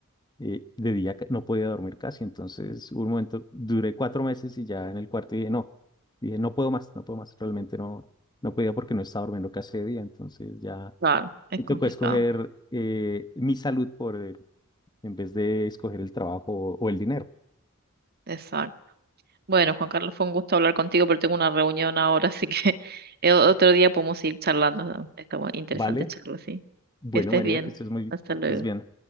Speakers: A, on the left; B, on the right.
A: eh, de día ca- no podía dormir casi, entonces hubo un momento, duré cuatro meses y ya en el cuarto dije, no, dije, no puedo más, no puedo más, realmente no, no podía porque no estaba durmiendo casi de día, entonces ya...
B: claro, es
A: Me
B: complicado.
A: tocó escoger eh, mi salud por el- en vez de escoger el trabajo o el dinero.
B: Exacto. Bueno, Juan Carlos, fue un gusto hablar contigo, pero tengo una reunión ahora, así que <laughs> eh, otro día podemos seguir charlando. ¿no? Está bu- interesante
A: ¿Vale?
B: charlar, sí.
A: Bueno,
B: Que estés
A: María,
B: bien.
A: que estés muy,
B: Hasta luego.
A: estés bien.